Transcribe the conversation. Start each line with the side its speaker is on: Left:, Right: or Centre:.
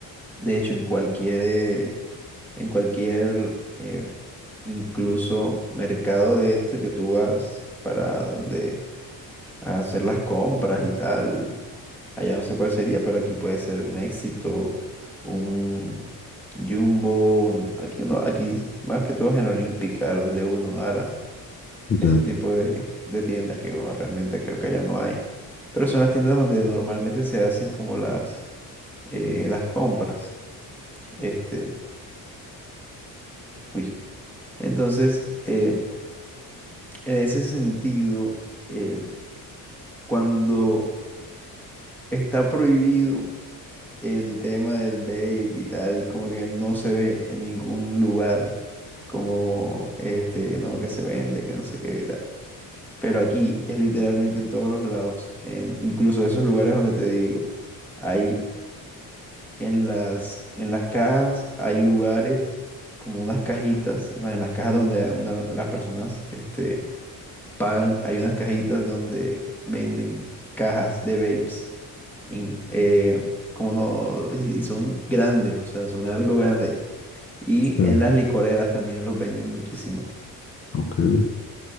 Centre: de hecho, en cualquier, eh, en cualquier, eh, incluso mercado de este que tú vas para donde a hacer las compras y tal. Allá no sé cuál sería, pero aquí puede ser un Éxito, un Jumbo, un- aquí uno, aquí más que todo es en Olímpica, los de Uno, Ara,
Left: Ya,
Centre: ese tipo de, de tiendas que bueno, realmente creo que allá no hay. Pero son las tiendas donde normalmente se hacen como las, eh, las compras. Este, uy. Entonces, eh, en ese sentido, eh, cuando está prohibido. el tema del vape y tal, como que no se ve en ningún lugar como este, no, que se vende, que no sé qué y tal. Pero aquí es literalmente en todos los lados, en, incluso esos lugares donde te digo, hay en las, en las cajas, hay lugares como unas cajitas, o sea, en las cajas donde una- las personas este, pagan, hay unas cajitas donde venden cajas de vapes in- eh, como no, y, y son grandes, o sea, son algo grande. Y
Left: este,
Centre: en las licoreras también los venden muchísimo.
Left: ok,